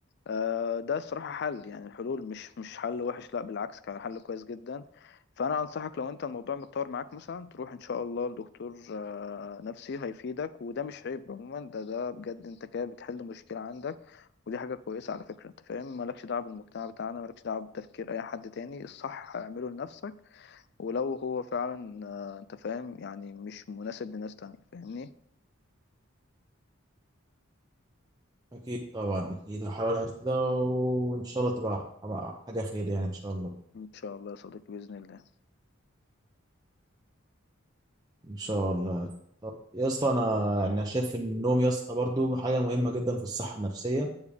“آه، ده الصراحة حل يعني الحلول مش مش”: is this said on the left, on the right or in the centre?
Left